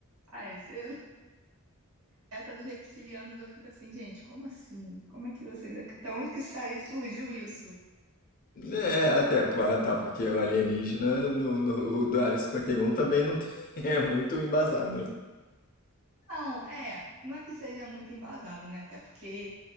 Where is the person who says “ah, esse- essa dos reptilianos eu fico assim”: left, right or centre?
Right